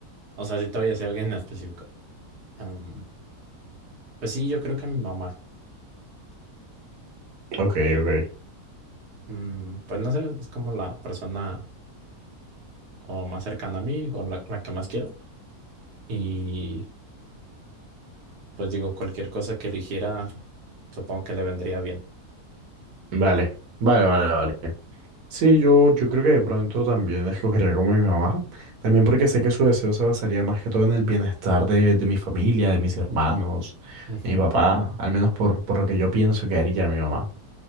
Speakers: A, on the right; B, on the right.
A: o sea, si todavía es alguien en específico. Em, pues sí, yo creo que a mi mamá.
B: Ok, ok.
A: Mm, pues no sé, es como la persona como más cercana a mí o la, la que más quiero. Y pues digo, cualquier cosa que eligiera, supongo que le vendría bien.
B: Vale, vale, vale, vale. Sí, yo, yo creo que de pronto también escogería como mi mamá, también porque sé que su deseo se basaría más que todo en el bienestar de, de mi familia, de mis hermanos,
A: Ujú.
B: de mi papá, al menos por, por lo que yo pienso que haría mi mamá.